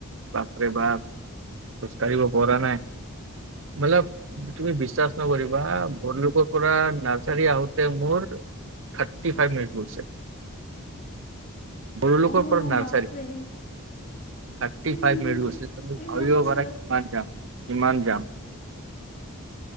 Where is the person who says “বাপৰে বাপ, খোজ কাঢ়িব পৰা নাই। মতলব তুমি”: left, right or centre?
Right